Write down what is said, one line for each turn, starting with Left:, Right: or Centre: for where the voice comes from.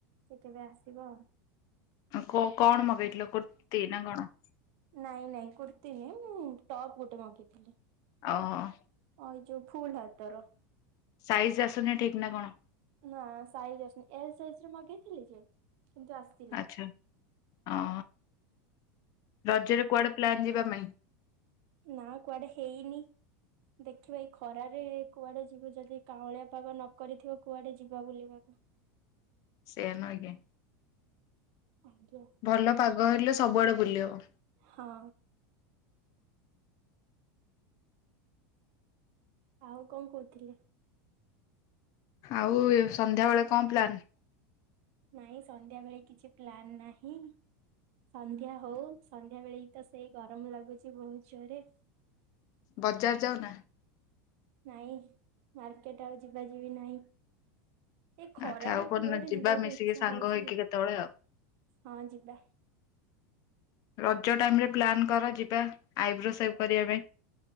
Right: ସେ କେବେ ଆସିବ।
Left: କ କଣ ମଗେଇଥିଲ କୁର୍ତ୍ତୀ ନା କଣ?
Right: ନାଇଁ ନାଇଁ କୁର୍ତ୍ତୀ ନୁହେଁ ମୁଁ ଟପ୍ ଗୋଟେ ମଗେଇଥିଲି।
Left: ଓହୋ।
Right: ହଁ ଏଇ ଯୋଉ ଫୁଲ୍ ହାତର।
Left: ସାଇଜ୍ ଆସୁନି ଠିକ୍ ନା କଣ?
Right: ନା ସାଇଜ ଆସୁନି ଏଲ ସାଇଜରେ ମଗେଇଥିଲି ଯେ କିନ୍ତୁ ଆସି
Left: ଆଚ୍ଛା ଓ ରଜରେ କୁଆଡେ ପ୍ଲାନ ଯିବା ପାଇଁ?
Right: ନା କୁଆଡ଼େ ହେଇନି। ଦେଖିବା ଏଇ ଖରାରେ କୁଆଡେ ଯିବୁ ଯଦି କାଉଁଳିଆ ପାଗ ନକରିଥିବ କୁଆଡେ ଯିବା ବୁଲିବାକୁ।
Left: ସେଇଆ ନୁହେଁ କି।
Right: ଆଜ୍ଞା।
Left: ଭଲ ପାଗ ହେଲେ ସବୁଆଡ଼େ ବୁଲି ହେବ।
Right: ହଁ। ଆଉ କଣ କହୁଥିଲେ?
Left: ଆଉ ଏ ସନ୍ଧ୍ୟାବେଳେ କଣ ପ୍ଲାନ?
Right: ନାଇଁ ସନ୍ଧ୍ୟାବେଳେ କିଛି ପ୍ଲାନ ନାହିଁ। ସନ୍ଧ୍ୟା ହଉ ସନ୍ଧ୍ୟା ବେଳେ ଏଇତ ସେଇ ଗରମ ଲାଗୁଛି ବହୁତ ଜୋରରେ।
Left: ବଜାର ଯାଉନା।
Right: ନାଇଁ ମାର୍କେଟ ଆଉ ଯିବା ଯିବି ନାହିଁ। ଏଇ ଖରାରେ
Left: ଆଚ୍ଛା ଆଉ କଣ
Right: କୁଆଡେ
Left: ଯିବା
Right: ଯିବାକୁ
Left: ମିଶିକି
Right: ଇଛା
Left: ସାଙ୍ଗ
Right: ହଉଛି
Left: ହେଇକି
Right: ଯେ
Left: କେତେବେଳେ ଆଉ।
Right: ହଁ ଯିବା।
Left: ରଜ ଟାଇମ୍ ରେ ପ୍ଲାନ୍ କର ଯିବା ଆଇବ୍ରୋ ସେବ୍ କରିବା ପାଇଁ।